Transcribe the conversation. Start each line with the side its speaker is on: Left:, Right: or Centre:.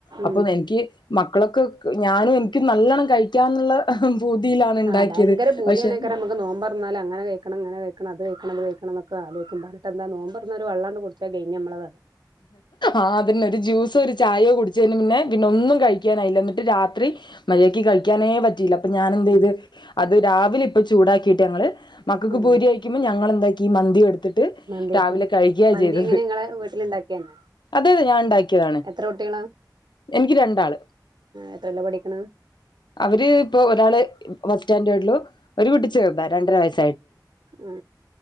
Left: അപ്പൊ
Right: ഉം
Left: എനിക്ക് മക്കളൊക്കെ ഞാനും എനിക്കും നല്ലോണം കഴിക്കാന്നുള്ള പൂതിയിലാണ്
Right: ആ
Left: ഉണ്ടാക്കിയത്
Right: ഭയങ്കര പുതിയാണയ്ക്കാരം
Left: പക്ഷെ
Right: നമക്ക് നോമ്പറന്നാല് അങ്ങനെ കഴിക്കണം ഇങ്ങനെ കഴിക്കണം അത് കഴിക്കണം ഇത് കഴിക്കണ ണ്ന്നക്കെ ആലോചിക്കും പറഞ്ഞിട്ടന്താ നോമ്പറന്നാ ഒരു വള്ളാണ്ട് കുടിച്ചാ കഴിഞ് നമ്മളെ കഥ.
Left: ആദ്യം തന്നെ ഒരു ജ്യൂസോ ഒരു ചായയോ കുടിച്ചതിന് പിന്നെ പിന്നെ ഒന്നും കഴിക്കാനായില്ല ന്നട്ട് രാത്രി മര്യാദിക്ക് കഴിക്കാനേ പറ്റിയില്ല അപ്പൊ ഞാൻ എന്ത്
Right: ഉം
Left: ചെയ്ത് അത് രാവിലെ ഇപ്പ ചൂടാക്കിയിട്ട് ഞങ്ങള് മക്കൾക്ക്
Right: ഉം
Left: പൂരി കയിക്കുമ്പോം ഞങ്ങളെന്താക്കി മന്തി എടുത്തിട്ട്
Right: മന്തിയെടുത്ത്
Left: രാവിലെ കഴിക്കാ
Right: മന്തി
Left: ചെയ്തത്.
Right: എങ്ങനെ ഇങ്ങളെ വീട്ടിലുണ്ടാക്കിയാണോ
Left: അതെ അതെ ഞാന് ഇണ്ടാക്കിയതാണ്.
Right: എത്ര കുട്ടികളാ
Left: എനിക്ക് രണ്ടാള്
Right: എത്രയിലാ പഠിക്കണ്
Left: അവര് ഇപ്പൊ ഒരാള് ഫസ്റ്റ് സ്റ്റാൻഡേർഡിലും ഒരു കുട്ടി ചെറുതാ രണ്ടര വയസ്.
Right: ആ